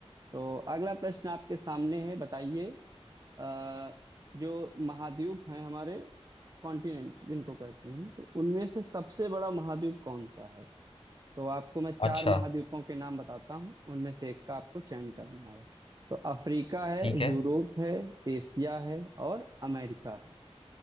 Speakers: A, on the right; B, on the left.
A: तो अगला प्रश्न आपके सामने है बताइए अ, जो महाद्वीप हैं हमारे कॉन्टिनेंट जिनको कहते हैं तो उनमें से सबसे बड़ा महाद्वीप कौन सा है तो आपको मैं चार
B: अच्छा
A: महाद्वीपों के नाम बताता हूँ उनमें से एक का आपको चयन करना है तो अफ्रीका है
B: ठीक
A: यूरोप
B: है
A: है एशिया है और अमेरिका है